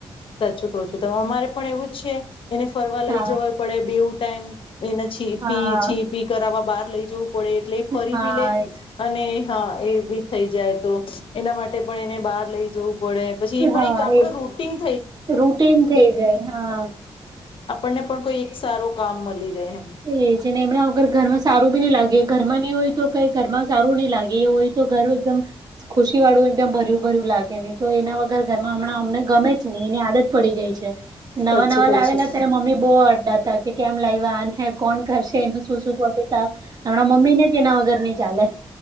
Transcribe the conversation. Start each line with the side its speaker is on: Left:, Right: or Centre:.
Left: સાચું કું છું ત અમારે પણ એવું જ છે એને ફરવા લઈ
Right: હા
Left: જવા પડે બેવ ટાઈમ એના છી
Right: હા
Left: પી છી પી કરાવવા બાર લઈ જો પડે એટલે ફરી
Right: હા
Left: બી લે
Right: એજ
Left: અને હા એ બી થઈ જાય તો એના માટે પણ એને બહાર લઈ જવું પડે પછી એ
Right: હા
Left: પણ એક આપડ
Right: એજ
Left: રૂટન
Right: રૂટીન થઇ જાય હા
Left: આપણને પણ કોઈ એક સારો કામ મળી રહે એમ
Right: તો એ છે ને એમના વગર ઘરમાં સારું બી ની લાગે ઘરમાં ને એવું હોય તો કઈ ઘરમાં સારું ની લાગે એ હોય તો ઘર એકદમ ખુશી વાળું એકદમ ભર્યું ભર્યું લાગે નહી તો એના વગ ઘર ઘરમાં હમણાં અમને ગમે જ ની એની આદત પડી ગઈ છે. નવા
Left: સાચું
Right: નવા
Left: કહો
Right: લાવેલા
Left: છો તમે
Right: ત્યારે મમ્મી બહુ અડડા તા કે કેમ લાયવા આને કોણ કરશે એનું શું શું પોટી સાફ હમણાં મમ્મી ને જ એના વગર નઈ ચાલે